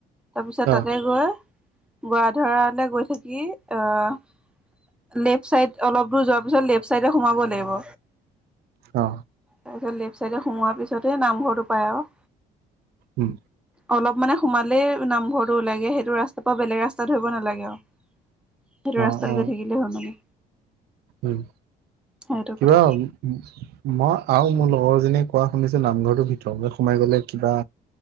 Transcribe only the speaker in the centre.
তাৰপিছত
তাতে গৈ বৰা ধৰালে গৈ থাক- কি অ লেফট চাইড অলপ দূৰ যোৱাৰ পিছত লেফট চাইটে সোমাব লাগিব।
তাৰপিছত লেফ্ট ছাইডে সোমোৱাৰ পিছতেহে নামঘৰটো পায় আও।
অলপ মানে সোমালেই নামঘৰটো ওলাইে সেইটো ৰাস্তাৰ পৰা বেলেগ ৰাস্তা ধৰিব নালাগে আও। সেইটো
ৰাস্তাত
গৈ থাকিলে হয় মানে।
সেইটো
কথা